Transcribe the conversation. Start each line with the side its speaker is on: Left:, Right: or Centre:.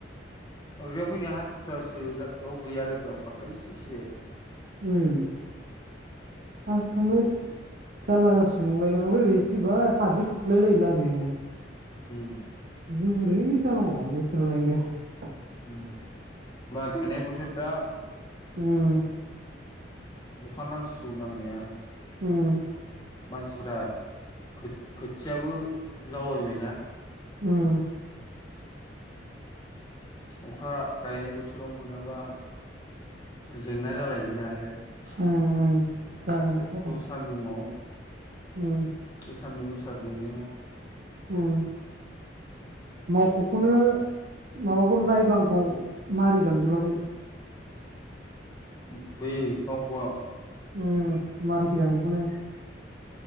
Left: ओरैजा फैनाय हाथिथासो ला गाव गैया लोगोआव अथाय <unintelligible>
Right: उम आं सानबाय जारला जारसिगोन नंलायबाय आं ओमफाय ओरै फैबाय हाद्रि खुलाय लायो लामायानो।
Left: उम
Right: बिजों बोरै जानांगौ बोथोरालाय होनदो
Left: उम माय गायनाय बोथोर दा
Right: उम
Left: अखा नांसिगौ नांनाया
Right: उम।
Left: मानसिफ्रा खो-खोथियाबो जावायबायना
Right: उम।
Left: अखा गायनाय बोथोराव मोनाबा जेंना जालायगोन ना आरो।
Right: उम उम। जागोन जागोन
Left: थु सान्दुंआव
Right: उम।
Left: सान्दुं गोसा दुंनायाव
Right: उम मावख'खौनो माबाखौ नायब्लांखौ मारि लांजोबाखै
Left: उम बे मावख'आ
Right: उम। मारि फैदां बेखौनो।